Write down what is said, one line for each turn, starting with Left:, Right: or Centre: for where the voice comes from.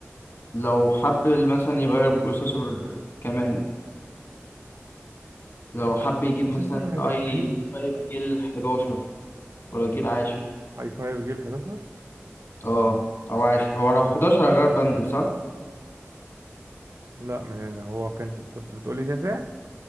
Left: لو حب مثلا يغير بروسيسور كمان لو
Right: أقل
Left: حب يجيب
Right: السيسور
Left: مثلا
Right: هيبقى
Left: اي
Right: رخيص
Left: 5
Right: طيب
Left: جيل 11 ولا جيل 10
Right: اي 5 جيل 11
Left: اه او 10 هو لو 11 هيغير بندل صح
Right: لا من اللي هو كنت كنت بتقولي تسع